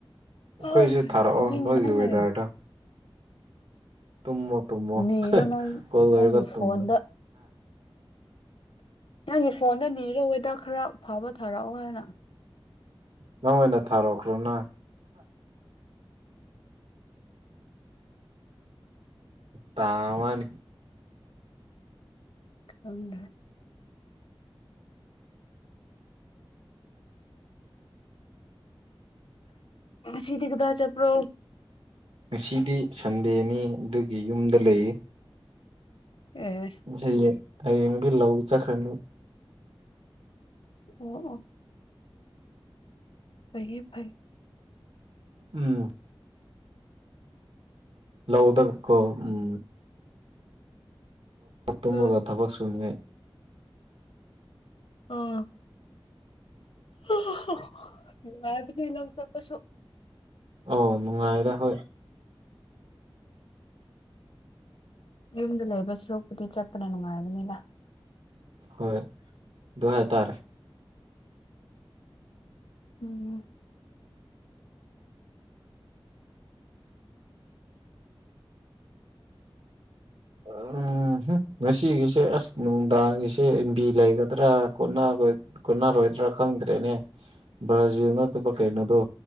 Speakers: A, on the right; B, on the left.
A: ꯑꯩꯈꯣꯏꯁꯨ
B: ꯑ
A: ꯊꯥꯔꯛꯑꯣ
B: ꯇꯨꯝꯅꯤꯡꯉꯦꯍꯦ
A: ꯅꯣꯏꯒꯤ ꯋꯦꯗꯔꯗꯣ ꯇꯨꯝꯃꯣ ꯇꯨꯝꯃꯣ
B: ꯅꯤꯔꯣ ꯅꯪ
A: ꯀꯣꯜ ꯂꯣꯏꯔꯒ
B: ꯅꯪꯒꯤ
A: ꯇꯨꯝꯃꯣ
B: ꯐꯣꯟꯗ ꯅꯪꯒꯤ ꯐꯣꯟꯗ ꯅꯤꯔ ꯍꯦꯗ ꯈꯔ ꯐꯥꯕ ꯊꯥꯔꯛꯑꯣ ꯍꯥꯏꯅ
A: ꯅꯪ ꯑꯣꯏꯅ ꯊꯥꯔꯛꯈ꯭ꯔꯣꯅ ꯇꯥꯃꯅꯤ
B: ꯈꯪꯗꯦ ꯉꯁꯤꯗꯤ ꯀꯗꯥꯏ ꯆꯠꯄ꯭ꯔꯣ
A: ꯉꯁꯤꯗꯤ ꯁꯟꯗꯦꯅꯤ ꯑꯗꯨꯒꯤ ꯌꯨꯝꯗ ꯂꯩꯌꯦ
B: ꯑꯦ
A: ꯍꯌꯦꯡ ꯍꯌꯦꯡꯒꯤ ꯂꯧ ꯆꯈ꯭ꯔꯅꯤ
B: ꯑꯣ ꯑꯣ ꯁꯌꯦ ꯐꯥꯏ
A: ꯎꯝ ꯂꯧꯎꯗ ꯀꯣ ꯎꯝ ꯇꯨꯝꯃꯒ
B: ꯂꯧ
A: ꯊꯕꯛ ꯁꯨꯅꯤꯉꯥꯏ
B: ꯑꯥ <unintelligible> ꯅꯨꯉꯥꯏꯕꯅꯦ ꯂꯧ ꯆꯠꯄꯁꯨ
A: ꯑꯧ ꯅꯨꯡꯉꯥꯏꯔ ꯍꯣꯏ
B: ꯌꯨꯝꯗ ꯂꯩꯕ ꯁꯔꯣꯛꯄꯨꯗꯤ ꯆꯠꯄꯅ ꯅꯨꯡꯉꯥꯏꯕꯅꯤꯗ
A: ꯍꯣꯏ ꯑꯗꯨ ꯍꯥꯏꯇꯥꯔꯦ
B: ꯎꯝ
A: ꯎꯝ ꯍꯝ ꯉꯁꯤꯒꯤꯁꯤ ꯁꯦ ꯑꯁ ꯅꯨꯡꯗꯥꯡꯒꯤꯁꯦ ꯑꯝꯕꯤ ꯂꯩꯒꯗ꯭ꯔꯥ ꯀꯣꯅ ꯀꯣꯅꯔꯣꯏꯗ꯭ꯔꯥ ꯈꯪꯗ꯭ꯔꯦꯅꯦ ꯕ꯭ꯔꯥꯖꯤꯜ ꯅꯠꯇꯕ ꯀꯩꯅꯣꯗꯣ